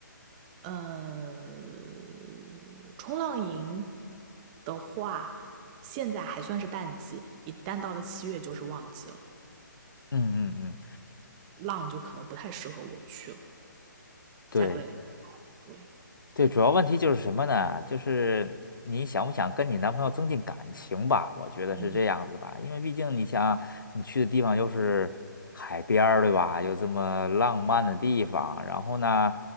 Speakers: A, on the right (about 25°); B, on the left (about 85°).
A: 呃，冲浪营的话，现在还算是淡季，一旦到了七月就是旺季了，
B: 嗯嗯嗯，
A: 浪就可能不太适合我去了，
B: 对。
A: 价格也不贵。
B: 对，主要问题就是什么呢？就是你想不想跟你男朋友增进感情吧？我觉得是这样子吧，
A: 嗯，
B: 因为毕竟你想，你去的地方又是海边儿，对吧？又这么浪漫的地方，然后呢，